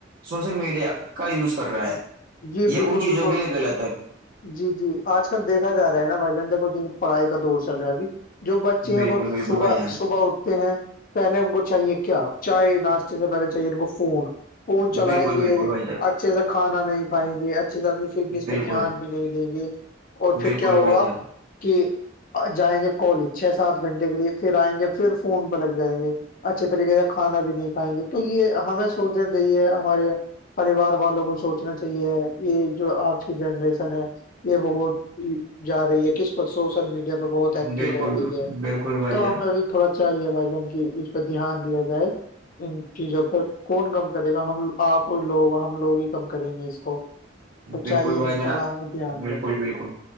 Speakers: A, on the right (about 50°); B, on the left (about 45°).
A: سوشل میڈیا کا یوز کر رہا ہے
B: جی
A: یہ
B: بالکل
A: ان چیزوں
B: بالکل
A: کے لیئے غلط ہے
B: جی جی آج کل دھا جا رہا ہے نا بھائی جان دیکھو ج پڑھائی کا دور چل رہا ہے ابھی جو بچے
A: بالکل
B: ہیں وہ
A: بالکل
B: صبح
A: بھائی جان
B: صبح اٹ ہیں پہلے ان کو چاہیے کیا چائے ناشتے سے پہلے چاہیے ان کو فون خون چلائیں
A: بالکل
B: گے
A: بالکل بھائی جان
B: اچھے سے کھانا نہیں کھائیں گے اچھی سے اپنی فٹنیس پہ
A: بالکل
B: دھیان بھی نہیں دیں گے اور
A: بالکل
B: پھر کیا ہوگا
A: بھائی جان
B: کہ جائیں گے کالج چھ سات گھنٹے کے لیے پھر آئیں گے پھر فون پہ لگ جائیں گے اچھے طریقے سے کھانا بھی نہیں کھائیں گے تو یہ ہمیں سوچنا چاہیے ہمارے پریوار والوں کو سوچنا چاہیے یہ جو آج کی جنریشن ہے یہ بہت جا رہی ہے کس پر سوشل میڈیا پر بہت ایکٹو
A: بالکل
B: رہ رہی ہے
A: بالکل بھائی
B: تو
A: جان
B: ہمیں ا بھی تھوڑا چاہیے بھائی جن کی اس پہ دھیان دیا جائے ان چیزوں پ کون کم کرے گا ہم آپ لوگ ہم لوگ ہی کم کریں گے اس کو تو
A: بالکل
B: چاہیے
A: بھائی
B: کہ
A: جرا
B: تھوڑا ہمیں دھیان
A: بالکل
B: دیں
A: بالکل